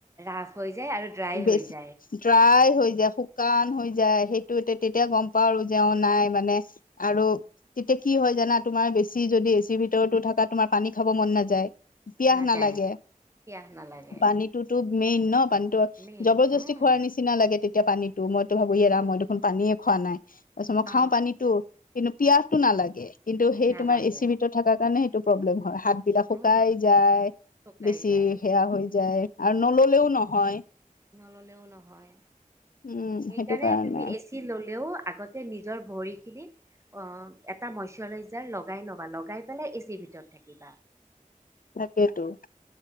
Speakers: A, on the right; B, on the left.
A: ৰাফ হৈ যায় আৰু ড্ৰাই
B: বেছি
A: হৈ যায়।
B: ড্ৰাই হৈ যায়, শুকান হৈ যায় সেইটো তেতিয়া গম পাৰো আৰু যে নাই মানে আৰু তেতিয়া কি হয় জানা তোমাৰ বেছি যদি এচিৰ ভিতৰতো থকা তোমাৰ পানী খাব মন নাযায়। পিয়াহ
A: নাযায়
B: নালাগে,
A: পিয়াহ নালাগে
B: পানীটোতো মেইন ন, পানী টো
A: মেইন
B: জবৰদস্তি
A: উম,
B: খোৱাৰ নি চিনা লাগে তেতিয়া পানীতো মইতো ভাবো এৰা
A: উম,
B: মই দেখোন পানীয়ে খোৱা নাই, তাৰপিছত মই খাওঁ
A: অ
B: পানীতো। কিন্তু পিয়াহটো নালাগে কিন্তু সেই
A: নালাগে
B: তোমাৰ এচিৰ ভিতৰত থকাৰ কাৰণে সেইটো প্ৰব্লেম হয়, হাত জিভা শুকাই
A: উম
B: যায়
A: শুকাই
B: বেছি
A: যায়
B: সেয়া হৈ যায় আৰু নললেও নহয়।
A: নল'লেও নহয়,
B: উম
A: সেইকাৰণে
B: সেইটো কাৰণে
A: তুমি এচি ল'লেও আগতে নিজৰ ভৰি খিনিত অ' এটা মইশাৰইজাৰ লগাই ল'বা, লগাই পেলাই এ চিৰ ভিতৰত থাকিবা।
B: তাকেইটো।